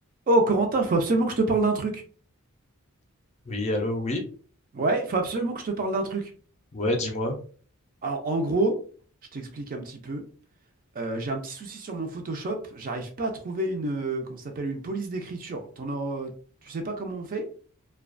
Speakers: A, on the right; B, on the left.
A: Oh, Corentin, faut absolument que je te parle d'un truc.
B: Oui, allô, oui.
A: Ouais, faut absolument que je te parle d'un truc.
B: Ouais, dis-moi.
A: Alors, en gros, je t'explique un petit peu. Euh, j'ai un petit souci sur mon Photoshop. J'arrive pas à trouver une, euh, comment ça s'appelle, une police d'écriture. T'en as- euh, tu sais pas comment on fait?